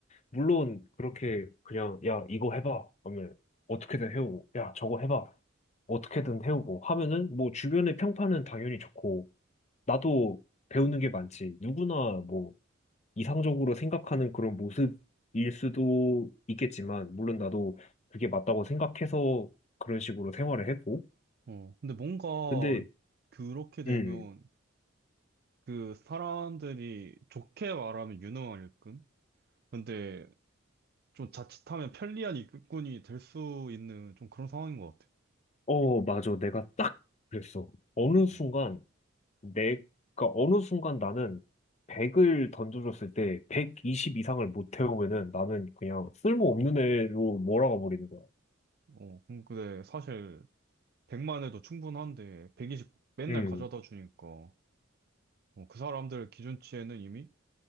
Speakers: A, on the left (about 35°); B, on the right (about 50°).
A: 물론 그렇게 그냥 야 이거 해봐 하면 어떻게든 해오고 야 저거 해봐 어떻게든 해오고 하면은 뭐 주변의 평판은 당연히 좋고 나도 배우는 게 많지. 누구나 뭐 이상적으로 생각하는 그런 모습일 수도 있겠지만 물론 나도 그게 맞다고 생각해서 그런 식으로 생활을 했고
B: 어, 근데 뭔가
A: 근데
B: 그렇게 되면
A: 음,
B: 그 사람들이 좋게 말하면 유능한 일꾼? 근데 좀 자칫하면 편리한 일꾼이 될 수 있는 좀 그런 상황인 것 같아.
A: 어, 맞아. 내가 딱 그랬어. 어느 순간
B: 음.
A: 내가 어느 순간 나는 100을 던져줬을 때 120 이상을 못 태우면은 나는 그냥 쓸모없는 애로 몰아가 버리는 거야.
B: 어, 음, 근데 사실 100만 해도 충분한데 120 맨날
A: 음,
B: 가져다 주니까 어, 그 사람들 기준치에는 이미